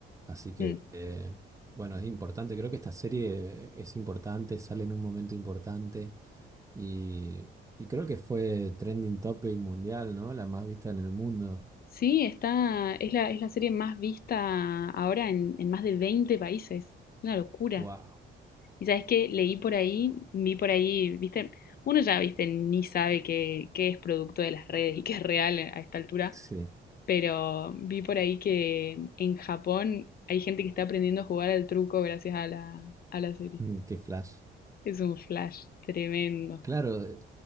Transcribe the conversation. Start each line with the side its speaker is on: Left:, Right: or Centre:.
Right: así que,
Left: Mm.
Right: eh, bueno, es importante. Creo que esta serie es importante, sale en un momento importante y, y creo que fue trending topic mundial, ¿no? La más vista en el mundo.
Left: Sí, está, es la, es la serie más vista ahora en, en más de 20 países. Una locura.
Right: ¡Wow!
Left: Y sabes qué, leí por ahí, vi por ahí, viste, uno ya, viste, ni sabe qué, qué es producto de las redes y qué es real a esta altura,
Right: Sí,
Left: pero vi por ahí que en Japón hay gente que está aprendiendo a jugar al truco gracias a la, a la serie.
Right: <laughs> qué flash.
Left: Es un flash tremendo.
Right: Claro, eh,